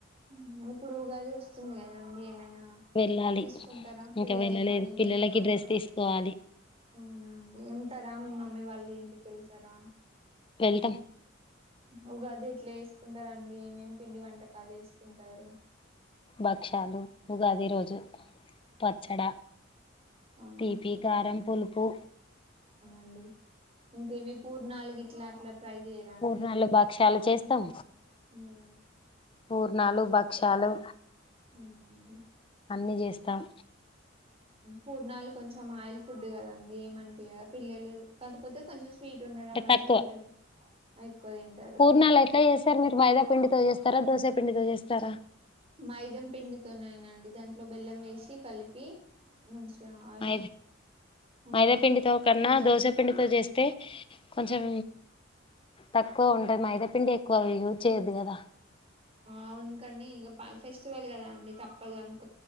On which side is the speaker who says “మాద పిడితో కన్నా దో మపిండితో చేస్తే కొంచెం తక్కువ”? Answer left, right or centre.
Left